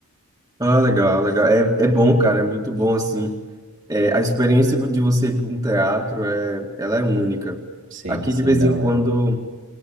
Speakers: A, on the right; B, on the right.
A: Ah, legal, legal. É, é bom, cara, é muito bom, assim. É, a experiência de você ir para um teatro, é, ela é única.
B: Sim,
A: Aqui,
B: sim,
A: de vez
B: não,
A: em quando,
B: é.